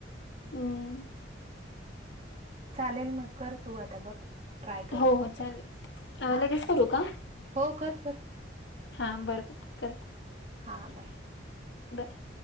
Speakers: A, on the left (about 70°); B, on the right (about 35°).
A: हम्म
B: चालेल मग कर तू आता बघ ट्राय करून
A: हो हो
B: होते
A: चालेल.
B: का. हां
A: लगेच करू का?
B: हो कर कर.
A: हा बर बर करते
B: हां बाय
A: बरय